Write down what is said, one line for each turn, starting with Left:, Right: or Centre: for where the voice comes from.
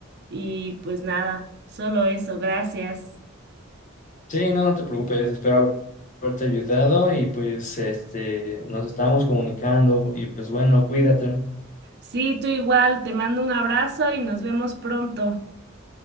Right: y pues nada, solo eso, gracias.
Left: Sí, no, no te preocupes, espero haberte ayudado y pues este, nos estamos comunicando y pues bueno, cuídate.
Right: Sí, tú igual, te mando un abrazo y nos vemos pronto.